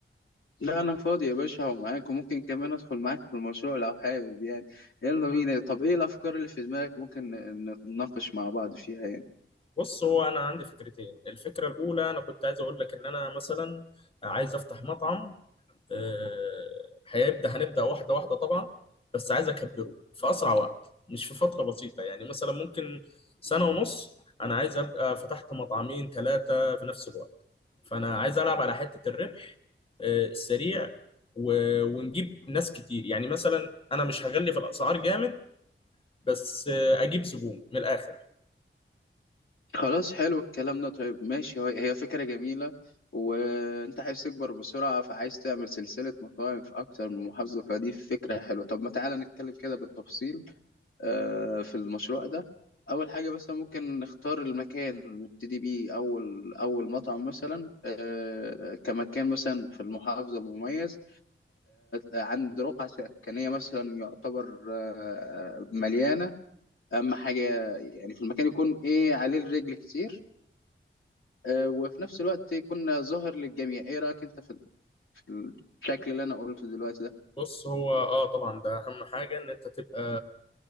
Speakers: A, on the left; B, on the left.
A: لا انا فاضي يا باشا ومعاك وممكن كمان ادخل معاك في المشروع لو حابب يعني يلا بينا طب ايه الافكار اللي في دماغك ممكن ن- نتناقش مع بعض فيها يعني
B: بص هو انا عندي فكرتين الفكره الاولى انا كنت عايز اقول لك ان انا مثلا عايز افتح مطعم آه، هيبدا هنبدا واحده واحده طبعا بس عايز اكبره في اسرع وقت مش في فتره بسيطه يعني مثلا ممكن سنه ونص انا عايز ابقى فتحت مطعمين ثلاثه في نفس الوقت فانا عايز العب على حته الربح آه، السريع و- ونجيب ناس كتير يعني مثلا انا مش هغلي في الاسعار جامد بس آه، اجيب زبون من الاخر
A: خلاص حلو الكلام ده طيب ماشي هو- هي فكرة جميلة وانت عايز تكبر بسرعة فعايز تعمل سلسلة مطاعم في اكتر من محافظة فدي فكرة حلوة طب ما تعالى نتكلم كده بالتفصيل آه، في المشروع ده اول حاجة مثلا ممكن نختار المكان نبتدي بيه اول اول مطعم مثلا آه، كمكان مثلا في المحافظة مميز عند رقعة سكنية مثلا يعتبر آه، مليانة أهم حاجة يعني في المكان يكون إيه عليه الرجل كتير آه، وفي نفس الوقت يكون ظاهر للجميع إيه رأيك أنت في في الشكل اللي أنا قلته دلوقتي ده
B: بص هو اه طبعا ده اهم حاجه ان انت تبقى